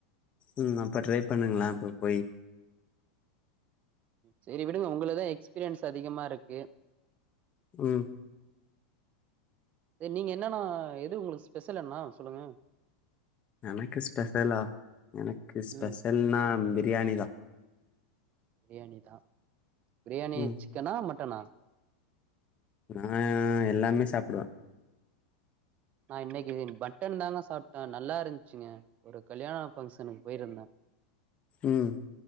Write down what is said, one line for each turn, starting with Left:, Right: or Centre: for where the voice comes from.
Left: உம் அப்ப ட்ரை பண்ணுங்களே அப்ப போய்
Right: செரி விடுங்க உங்களுக்குதா எக்ஸ்பீரியன்ஸ் அதிகமா இருக்கு
Left: உம்
Right: நீங்க என்னன்னா எது உங்களுக்கு ஸ்பெஷல் என்னா சொல்லுங்க
Left: எனக்கு ஸ்பெஷலா எனக்கு ஸ்பெஷல்னா
Right: ம்
Left: பிரியாணி தா
Right: பிரியாணி தா பிரியாணி
Left: ம்
Right: சிக்கனா மட்டனா
Left: நா எல்லாமே சாப்பிடுவே
Right: நா இன்னைக்கு மட்டன் தாங்க சாப்பிட்டே நல்லா இருந்துச்சுங்க ஒரு கல்யாணோ ஃபங்க்ஷனுக்கு போயிருந்தே
Left: ம்